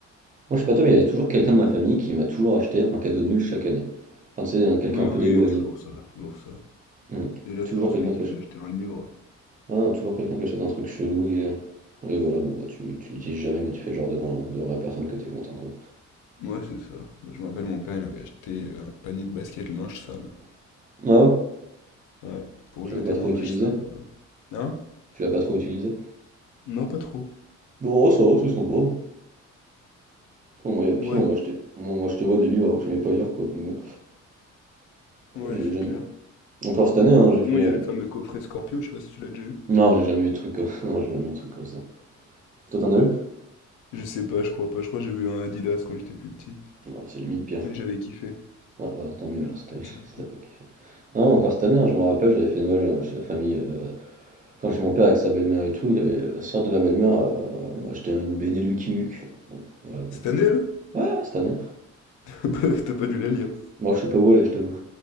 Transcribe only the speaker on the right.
Moi, je sais pas toi, mais il y avait toujours quelqu'un de ma famille qui m'a toujours acheté un cadeau nul chaque année. Enfin, tu sais, un- quelqu'un
un
peu d'éloigné.
Hmm.
Toujours
quelqu'un
qui achète...
ouais, toujours quelqu'un qui achète un truc chelou et... Et voilà, bon, bah, tu, tu l'utilises jamais, mais tu fais genre devant, la- devant la personne que t'es content, quoi.
Ah ouais?
Tu
l'as pas trop
utilisé?
Tu l'as pas trop utilisé?
Bon, ça va, c'est sympa. Bon, moi, il y a pire,
on m'a acheté... Moi, moi, je te vois des livres alors que je n'aimais pas lire, quoi, donc bon,
je les
ai jamais...
Encore cette année, hein, j'ai
fait...
euh,
Non, j'ai jamais eu de truc comme... <laughs> non, j'ai jamais eu de truc comme ça. Toi, t'en as eu?
Non, c'est limite pire.
Ah bah, tant mieux
alors, si
t'avais...
<laughs>
si
t'avais- Non, encore cette année, hein, je me rappelle, j'avais fait Noël euh, chez la famille, euh, enfin chez mon père avec sa belle-mère et tout. Il y avait la sœur de ma belle-mère euh, m'a acheté une BD Lucky Luke. Bon, voilà quoi.
Ouais, ouais, cette année.
Moi, je sais pas où aller, je t'avoue.